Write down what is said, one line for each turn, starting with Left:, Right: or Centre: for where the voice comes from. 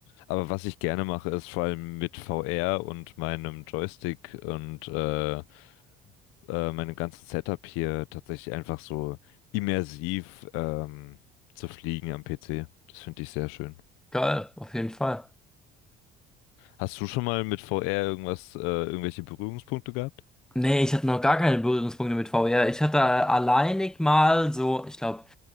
Left: Aber was ich gerne mache, ist vor allem mit VR und meinem Joystick und äh, äh, meinem ganzen Setup hier tatsächlich einfach so immersiv ähm, zu fliegen am PC. Das finde ich sehr schön.
Centre: Geil, auf jeden Fall.
Left: Hast du schon mal mit VR irgendwas, äh, irgendwelche Berührungspunkte gehabt?
Centre: Nee, ich hatte noch gar keine Berührungspunkte mit VR. Ich hatte alleinig mal so, ich glaube,